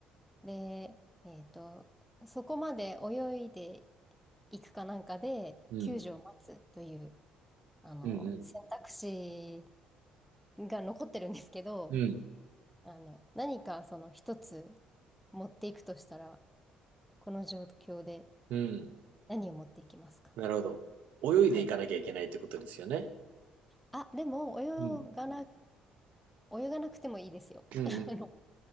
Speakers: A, in the centre; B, on the right.
A: で、えっと、そこまで泳いでいくかなんかで、
B: うん。
A: 救助を待つという、あのー選択肢
B: うん。
A: が残ってるんですけど、
B: うん。うん。
A: あの、何かその一つ持っていくとしたら、この状況で
B: うん
A: 何を持っていきますか
B: なるほど。泳いでいかなきゃいけないってことですよね。
A: はい。あ、でも、泳がな、
B: うん。
A: 泳がなくてもいいですよ。
B: うんうん。
A: <laughs> あの、